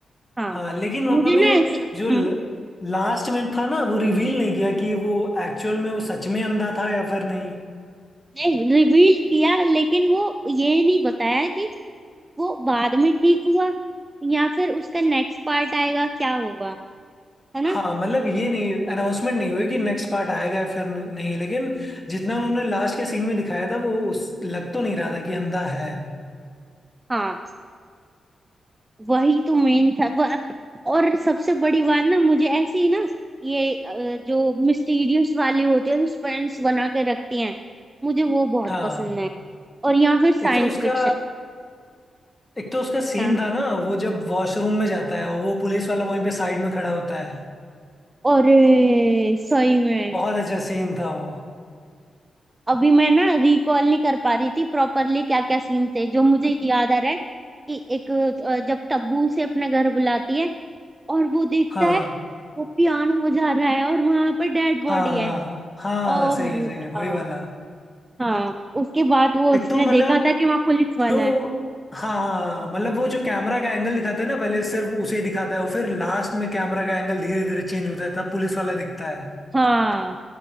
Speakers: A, on the right; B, on the left.
A: हाँ
B: हाँ लेकिन उन्होंने
A: मुझे ना ऐसी
B: जो
A: हम्म,
B: लास्ट में था ना वो रिवील नहीं किया कि वो एक्चुअल में वो सच में अंधा था या फिर नहीं
A: नहीं रिवील किया लेकिन वो ये नहीं बताया कि वो बाद में ठीक हुआ या फिर उसका नेक्स्ट पार्ट आएगा क्या होगा है ना
B: हाँ मतलब ये नहीं अनाउंसमेंट नहीं हुई कि नेक्स्ट पार्ट आएगा या फिर न- नहीं लेकिन जितना उन्होंने लास्ट के सीन में दिखाया था वो उस लग तो नहीं रहा था कि अंधा है
A: हाँ वही तो मेन था वह, और सबसे बड़ी बात ना मुझे ऐसे ही ना ये अ, जो मिस्टीरियस वाले होते हैं सस्पेंस बना के रखती हैं मुझे वो बहुत
B: हाँ
A: पसंद है और या फिर साइंस
B: एक तो उसका
A: फिक्शन
B: एक तो उसका सीन
A: हाँ
B: था ना वो जब वॉशरूम में जाता है और वो पुलिस वाला वहीं पे साइड में खड़ा होता है
A: और ए, सही में
B: बहुत अच्छा सीन था वो
A: अभी मैं ना रिकॉल नहीं कर पा रही थी प्रॉपरली क्या क्या सीन थे जो मुझे याद आ रहा है कि एक अ, जब तब्बू से अपने घर बुलाती है और वो देखता
B: हाँ
A: है वो पियानो बजा रहा है और वहां पर डेड बॉडी
B: हाँ
A: है
B: हाँ हाँ हाँ
A: ओ
B: सही
A: भाई
B: है सही
A: साहब
B: है वही वाला
A: हाँ उसके बाद वो उसने
B: एक तो मतलब
A: देखा था कि वहां पुलिस वाला
B: जो
A: है
B: हाँ हाँ, हाँ, मतलब वो जो कैमरा का एंगल दिखाता है ना पहले सिर्फ उसे ही दिखाता है और फिर लास्ट में कैमरा का एंगल धीरे धीरे चेंज होता है तब पुलिस वाला दिखता है
A: हाँ